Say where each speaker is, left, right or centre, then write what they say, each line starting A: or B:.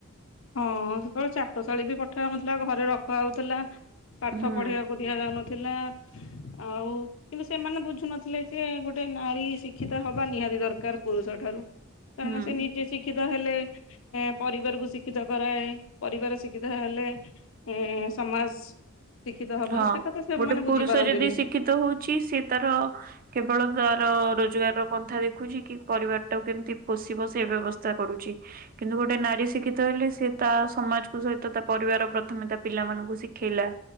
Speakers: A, on the left; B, on the right.
A: ହଁ! ସେତେବେଳେ ଚାଟଶାଳୀ ବି ପଠା ଯାଉନଥିଲା ଘରେ ରଖା ହଉଥିଲା ପାଠ
B: ହୁଁ
A: ପଢେଇବାକୁ ଦିଆ ଯାଉନଥିଲା। ଆଉ କିନ୍ତୁ ସେମାନେ ବୁଝୁନଥିଲେ ଯେ ଗୋଟେ ନାରୀ ଶିକ୍ଷିତ ହବା ନିହାତି ଦରକାର ପୁରୁଷ ଠାରୁ। କାରଣ
B: ହୁଁ
A: ସେ ନିଜେ ଶିକ୍ଷିତ ହେଲେ ପରିବାରକୁ ଶି ଶିକ୍ଷିତ କରାଏ। ପରିବାର ଶିକ୍ଷିତ ହେଲେ ଏଁ ସମାଜ ଶିକ୍ଷିତ ହେବ
B: ହଁ
A: ସେ କଥା ସେମାନେ
B: ଗୋଟେ ପୁରୁଷ
A: ବୁଝିପାରନ୍ତିନି।
B: ଯଦି ଶିକ୍ଷିତ ହଉଛି ସେ ତାର କେବଳ ତାର ରୋଜଗାର ର ପନ୍ଥା ଦେଖୁଛି କି ପରିବାର ଟାକୁ କେମିତି ପୋଷିବ ସେ ବ୍ୟବସ୍ଥା କରୁଛି। କିନ୍ତୁ ଗୋଟେ ନାରୀ ଶିକ୍ଷିତ ହେଲେ ସେ ତା ସମାଜକୁ ସହିତ ତା ପରିବାର ପ୍ରଥମେ ତା ପିଲାମାନଙ୍କୁ ଶି ଥିଲା।